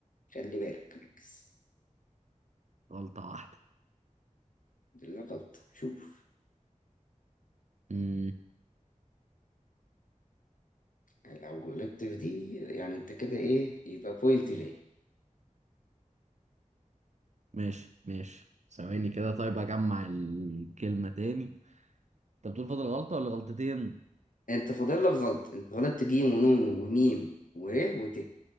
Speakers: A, on the left; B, on the right.
A: خلي بالك ركز
B: غلطة واحدة
A: فاضل لك غلطه شوف
B: مم.
A: لو غلطت في دي يعني انت كده ايه يبقى بوينت ليه
B: ماشي ماشي ثواني كده طيب اجمع الكلمة تاني انت بتقول فاضل غلطة ولا غلطتين؟
A: انت فاضل لك غلط انت غلطت جيم ونون وميم وره وت